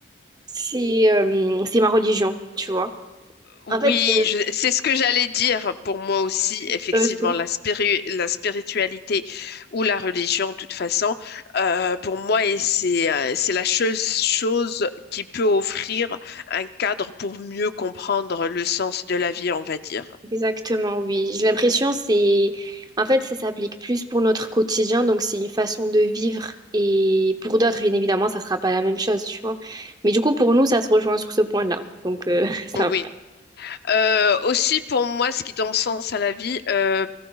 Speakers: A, on the right (about 20°); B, on the left (about 50°).
A: c'est, euh, c'est ma religion, tu vois.
B: Oui,
A: En fait,
B: je- c'est ce que j'allais dire pour moi aussi,
A: <laughs>
B: effectivement, la spiri- la spiritualité ou la religion, de toute façon, euh, pour moi, et c'est euh, c'est la chose, chose qui peut offrir un cadre pour mieux comprendre le sens de la vie, on va dire.
A: Exactement, oui. J'ai l'impression c'est en fait ça s'applique plus pour notre quotidien, donc c'est une façon de vivre et pour d'autres bien évidemment ça sera pas la même chose, tu vois. Mais du coup pour nous ça se rejoint sur ce point-là. Donc euh, <laughs> ça
B: Oui.
A: va.
B: Euh, aussi, pour moi, ce qui donne sens à la vie, euh,